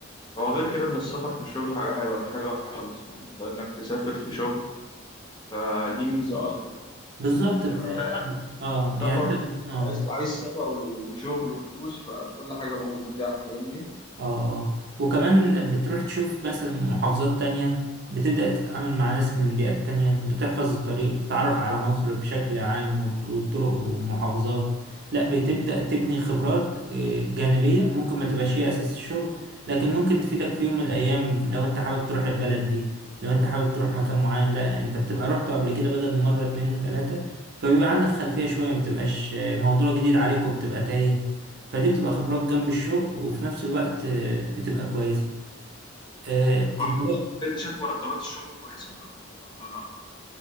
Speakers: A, on the left (about 20°); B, on the right (about 55°).
A: هو غير كده ان السفر في الشغل حاجة حلوة مش حاجة وحشة خالص يعني انت انك تسافر في شغل فدي ميزة اصلا يعني
B: بالظبط بت...
A: آه،
B: اه
A: سفر
B: يعني انت بت... اه
A: عايز عايز سفر وشغل وفلوس فكل حاجة متاحة فاهمني
B: اه اه وكمان بتروح تشوف مثلا محافظات تانية بتبدأ تتعامل مع ناس من بيئات تانية بتحفظ الطريق
A: بالظبط.
B: بتتعرف على
A: آه.
B: مصر بشكل عام والط- والطرق والمحافظات لا بتبدأ تبني خبرات آه، جانبية ممكن ما تبقاش هي أساس الشغل لكن ممكن تفيدك في يوم من الأيام لو أنت حابب تروح البلد دي لو أنت حابب تروح مكان معين لا أنت بتبقى روحته قبل كده بدل مرة اتنين وتلاتة فبيبقى عندك خلفية شوية ما بتبقاش آه، موضوع جديد عليك وبتبقى تايه فدي بتبقى خبرات جنب الشغل وفي نفس الوقت آه، بتبقى كويسة آه، انت
A: عملت
B: بقى
A: انت شايف مرتبات الشغل كويسه عندكم ولا لا؟